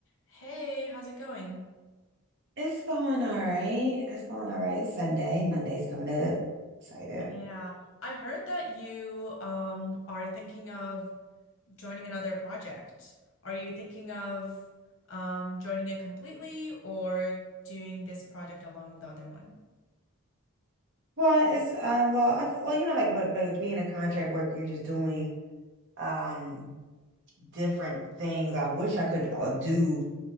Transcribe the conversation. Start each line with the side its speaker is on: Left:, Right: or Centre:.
Left: Hey, how's it going?
Right: It's going all right. It's going all right. It's Sunday. Monday's coming up. Excited.
Left: Oh yeah, I heard that you um are thinking of joining another project. Are you thinking of um joining it completely or doing this project along with the other one?
Right: Well, it's um well I, well you know like with, with being a contract worker, you're just doing um different things. I wish I could all do